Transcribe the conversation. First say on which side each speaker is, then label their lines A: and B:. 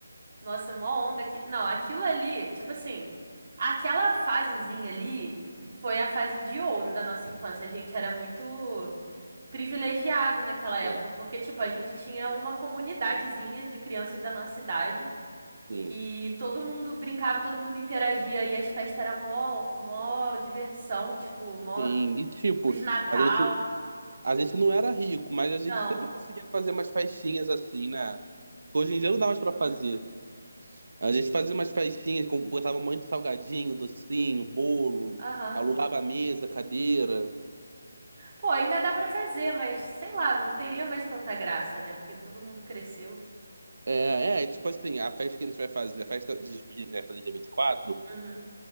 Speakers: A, on the right; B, on the right.
A: Nossa, mó onda aqui. Não, aquilo ali, tipo assim, aquela fasezinha ali foi a fase de ouro da nossa infância. A gente era muito privilegiado naquela época,
B: É,
A: porque, tipo, a gente tinha uma comunidadezinha de crianças da nossa idade
B: sim.
A: e todo mundo brincava, todo mundo interagia e as festas eram mó, mó diversão, tipo, mó
B: Sim. E tipo,
A: os Natal.
B: a gente. A gente não era rico, mas a gente
A: Não.
B: sempre conseguia fazer umas festinhas assim, né? Hoje em dia não dá mais pra
A: Uhum.
B: fazer. A gente fazia umas festinhas, com- botava um monte de salgadinho, docinho, bolo,
A: Aham.
B: alugava mesa, cadeira.
A: Pô, ainda dá pra fazer, mas sei lá, não teria mais tanta graça, né? Porque todo mundo cresceu.
B: É, é, tipo assim, a festa que a gente vai fazer, a festa de despedida que a gente vai fazer dia 24.
A: Uhum.